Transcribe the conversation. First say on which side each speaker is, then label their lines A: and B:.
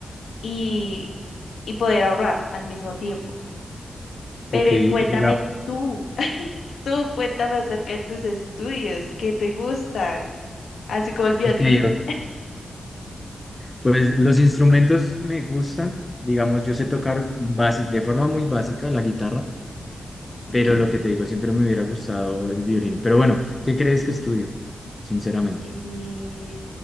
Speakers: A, on the left; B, on the left.
A: y, y poder ahorrar al mismo tiempo. Pero
B: Ok,
A: y cuéntame
B: digamos,
A: tú, <laughs> tú cuéntame acerca de tus estudios, ¿qué te gusta? Así como el violín.
B: ok, ok. Pues los instrumentos me gustan, digamos, yo sé tocar basi- de forma muy básica la guitarra,
A: Ok.
B: pero lo que te digo, siempre me hubiera gustado el violín. Pero bueno, ¿qué crees que estudio? Sinceramente.
A: eh,